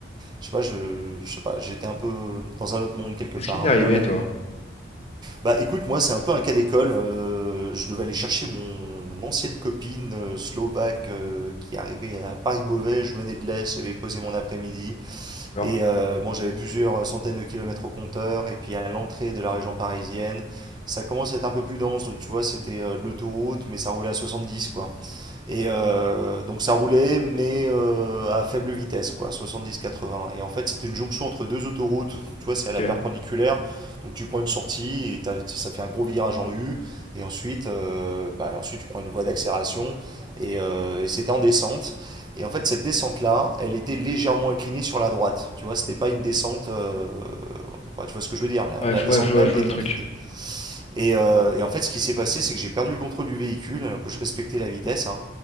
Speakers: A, on the right; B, on the left.
A: je sais pas, je, je sais pas, j'étais un peu dans un autre monde quelque
B: Qu'est-ce
A: part,
B: qui t'est
A: un
B: arrivé,
A: peu dans la lune,
B: toi?
A: Bah écoute, moi c'est un peu un cas d'école. euh, je devais aller chercher mon ancienne copine euh, slovaque euh, qui arrivait à Paris-Beauvais. Je venais de l'Est, j'avais posé mon après-midi.
B: D'accord.
A: Et euh, bon, j'avais plusieurs centaines de kilomètres au compteur. Et puis à l'entrée de la région parisienne, ça commence à être un peu plus dense. Donc tu vois, c'était euh, de l'autoroute, mais ça roulait à 70 quoi. Et euh, donc ça roulait, mais euh, à faible vitesse, quoi, 70-80. Et en fait, c'est une jonction entre deux autoroutes. Donc tu vois, c'est à
B: Ok.
A: la perpendiculaire. Donc tu prends une sortie et t'as- ça fait un gros virage en U. Et ensuite, euh, bah, ensuite tu prends une voie d'accélération. Et, euh, et c'était en descente. Et en fait, cette descente-là, elle était légèrement inclinée sur la droite. Tu vois, c'était pas une descente. euh, enfin, tu vois ce que je veux dire? La,
B: Ouais,
A: la
B: faut-
A: descente
B: ouais, je vois,
A: même
B: je vois
A: était
B: le truc.
A: inclinée. Et, euh, et en fait, ce qui s'est passé, c'est que j'ai perdu le contrôle du véhicule, que je respectais la vitesse, hein.